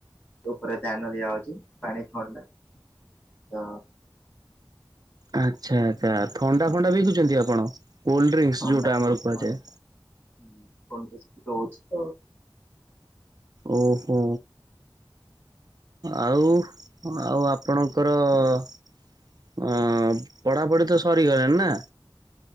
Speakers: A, on the left; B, on the right.
A: ଉପରେ ଧ୍ୟାନ ଦିଆଯାଉଛି ପାଣି ଥଣ୍ଡା ତ
B: ଆଚ୍ଛା ଆଚ୍ଛା ଥଣ୍ଡା ଫଣ୍ଡା ବିକୁଛନ୍ତି ଆପଣ କୋଲ୍ଡ୍ରିଙ୍କସ୍
A: ଥଣ୍ଡା
B: ଯଉଟା ଆମର କୁହାଯାଏ।
A: ଥଣ୍ଡା <unintelligible>
B: ଓହୋ ଆଉ ହ ଆଉ ଆପଣଙ୍କର ତଅ ପଢାପଢି ତ ସରିଗଲେଣି ନା?